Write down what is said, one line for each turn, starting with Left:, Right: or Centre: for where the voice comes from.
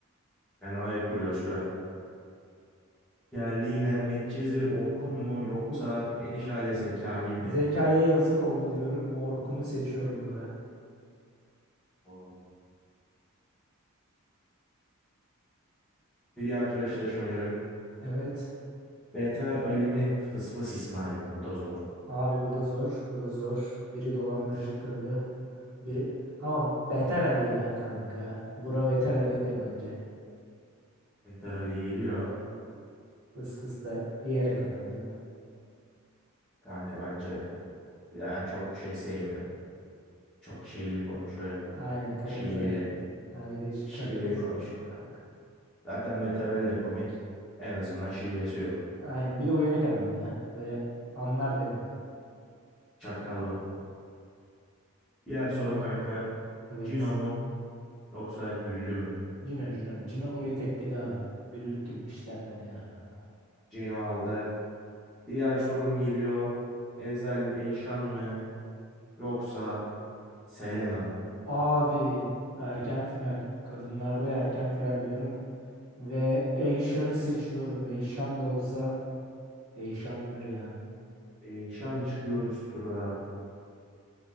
Centre: Fena ev kuruyor şu an. Geldi yine Medcezir Orkun mu yoksa
Right: Uf
Centre: geniş aile Zekai mi?
Right: zekaya yazık oldu diyorum. Orkun'u seçiyorum burada.
Centre: Oo. Bir diğer tur eşleşmelerim.
Right: Evet
Centre: Beter Ali mi Fısfıs İsmail mi? Bu da zor.
Right: abi bu da zor bu da zor. Biri dolandırıcı kralı biri ama Beter Ali ya kanka. Bura Beter Ali'dir bence.
Centre: Beter Ali geliyor
Right: Fıs fıs da bir yere kadar değil mi?
Centre: kanka bence de. Bir de ben çok şey sevmiyor. Çok şeyli konuşuyor.
Right: Aynen karı
Centre: Şiveli.
Right: kız hayatı. Abi de iş
Centre: Şiveli
Right: karı kız.
Centre: konuşuyor kanka. Zaten Metarel de komik. En azından şivesi yok.
Right: Aynen bir de uyanık adam ya. Öyle anlar dediğini.
Centre: Çakallı. Diğer sorum kanka.
Right: Evet.
Centre: Cino mu yoksa Güllü mü?
Right: Cino Cino. Cino burayı tekledi abi. Güllük kimmiş derler yani adam.
Centre: Cino aldı. Diğer sorum geliyor. Ezel Eyşan mı yoksa Selena mı?
Right: Abi erken final. Kadınlarda erken final diyorum. Ve Eyşan'ı seçiyorum. Eyşan da olsa Eyşan'dır yani.
Centre: Eyşan çıkıyor üst durağa.